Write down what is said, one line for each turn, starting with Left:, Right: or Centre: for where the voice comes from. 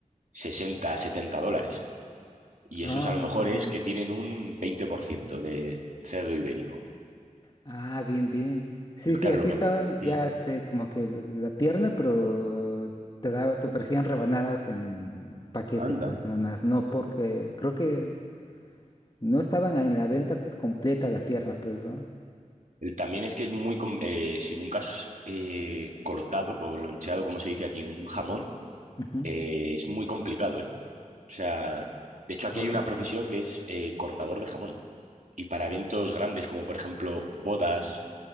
Right: 60, 70 dólares. Y esos
Left: ah,
Right: a lo mejor
Left: ajá.
Right: es que tienen un 20% de cerdo ibérico.
Left: Ah, bien, bien. Sí, sí,
Right: Claro,
Left: aquí
Right: lo que...
Left: estaban
Right: Mm,
Left: ya este, como que la pierna, pero te daba, te ofrecían rebanadas en paquete,
Right: Anda.
Left: pues nada más. No porque creo que No estaban en la venta completa la pierna, pues, ¿no?
Right: El- También es que es muy... com- eh, si nunca has eh, cortado o loncheado, como se dice aquí, un jamón,
Left: Ujú.
Right: eh, es muy complicado, ¿eh? O sea, de hecho
Left: Ah,
Right: aquí hay una profesión que es eh, cortador de jamón. Y para eventos grandes como por ejemplo bodas